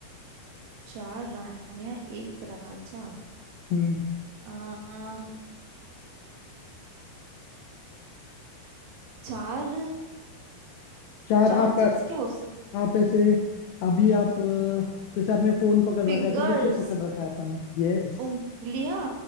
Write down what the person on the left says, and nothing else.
हम्म
चार
आप
आप ऐसे अभी आप अ, जैसे आपने फोन पकड़
रखा है तो किससे पकड़ रखा है अपन ने यस